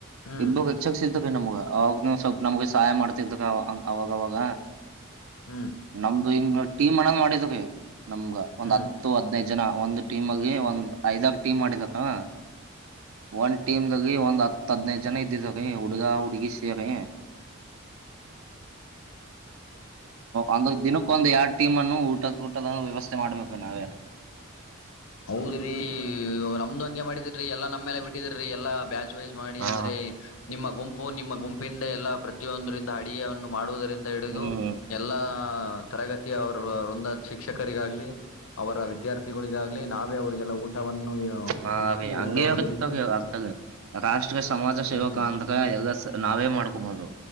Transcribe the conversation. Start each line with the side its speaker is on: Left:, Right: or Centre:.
Left: ಹ್ಮ್
Right: ಇಬ್ಬರಿಗೆ ಎಕ್ಸ್ಟ್ರಾ ಸಿಗ್ತೈತಿ ನಮ್ಗ. ಅವಾಗ ಸ್ವಲ್ಪ ನಮ್ಗೆ ಸಹಾಯ ಮಾಡ್ತಿದ್ದಕ್ಕ ಅವಾಗವಾಗ
Left: ಹ್ಮ್
Right: ನಮ್ದು ಇನ್ ಟೀಮ್ ಹಣ್ ಮಾಡಿದಾವೆ ನಮ್ಗ ಒಂದ್
Left: ಹ್ಮ್
Right: ಹತ್ತು ಹದ್ನೈದು ಜನ ಒಂದ್ ಟೀಮ್ ಆಗ ಒಂದ್ ಐದಾರ್ ಟೀಮ್ <unintelligible> ಒಂದ್ ಟೀಮ್ದಾಗ ಒಂದ್ ಹತ್ ಹದ್ನೈದ್ ಜನ ಇದ್ದಿದಾವ ಹುಡುಗ ಹುಡ್ಗಿ ಸೇರಿ ಅಂದ್ರ ದಿನಕ್ಕ ಒಂದು ಯಾಡ್ ಟೀಮ್ ಅನ್ನು ಊಟದ ಊಟದ ವ್ಯವಸ್ಥೆ ಮಾಡ್ಬೇಕು ನಾವೇ.
Left: ಹೌದ್ರಿ ನಮ್ದು ಹಂಗೆ ಮಾಡಿದಿರಿ ಎಲ್ಲ ನಮ್ಯಾಲೆ ಬಿಟ್ಟಿದ್ರಿ ಎಲ್ಲಾ ಬ್ಯಾ ಮಾಡಿ
Right: ಹಾ
Left: ಅಂದ್ರೆ ನಿಮ್ಮ ಗುಂಪು ನಿಮ್ಮ ಗುಂಪಿಂದ ಎಲ್ಲಾ ಪ್ರತಿಯೊಂದರಿಂದ ಅಡುಗೆನ್ನು ಮಾಡುವುದ ದಿಂದ ಹಿಡಿದು
Right: ಹ್ಮ್
Left: ಎಲ್ಲ ತರಗತಿಯ ಅವರುಂದ ಶಿಕ್ಷಕರಿಗಾಗ್ಲಿ ಅವರ ವಿದ್ಯಾರ್ಥಿಗುಳಿಗಾಗ್ ಲ್ಲಿ ನಾವೇ ಅವರಿಗೆಲ್ಲ ಊಟವನ್ನು
Right: ಹಾ
Left: ಇಕ್ಕಿ
Right: ರೀ ಹಂಗೆ
Left: ಊಟವನ್ನು
Right: <unintelligible>
Left: ಬಡಿಸಿ
Right: ರಾಷ್ಟ್ರ ಸಮಾಜ ಸೇವಕ
Left: ಹಾ ರೀ
Right: ಅಂದ್ರೆ ಎಲ್ಲ ನಾವೇ ಮಾಡ್ಕೊಬಹುದು